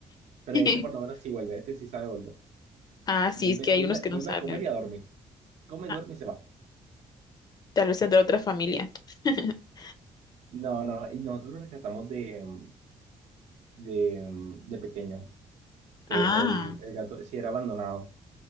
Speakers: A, on the right; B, on the left.
A: Pero
B: <laughs>
A: este por lo menos sí vuelve, este sí sabe volver.
B: Ah,
A: Vuelve,
B: sí, es que
A: vuelve,
B: hay unos que
A: vuelve
B: no saben.
A: a comer y a dormir. Come,
B: Ah,
A: duerme y se va.
B: tal vez entre otra familia. <laughs>
A: No, no, y nosotros lo rescatamos de, em, de, em, de pequeño. De-
B: Ah,
A: el, el gato sí era abandonado.